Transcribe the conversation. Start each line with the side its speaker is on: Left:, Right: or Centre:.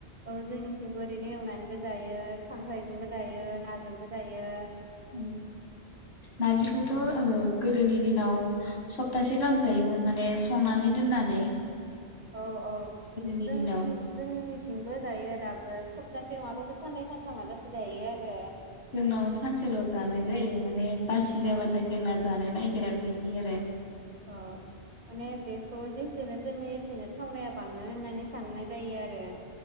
Right: औ जोंनिथिंबो ओरैनो एवनानैबो जायो खांख्रायजोंबो जायो नाजोंबो जायो।
Left: उम नार्जिखौथ' ओ गोदोनि दिनाव सप्तासे गाहाम जायोमोन माने संनानै दोननानै।
Right: औ औ
Left: गोदोनि
Right: जों
Left: दिनाव
Right: जोंनिथिंबो जायो दा बो सप्तासे नङाबाबो साननै सानथामलासे दायो आरो।
Left: जोंनाव सानसेल' जानाय जायो माने बासि
Right: औ
Left: जाबाथाय जोंना जानो नागि गिरा बिदि आरो।
Right: अ माने बेखौ जेसेनो दोनो एसेनो थावनाया बाङो होननानै साननाय जायो आरो।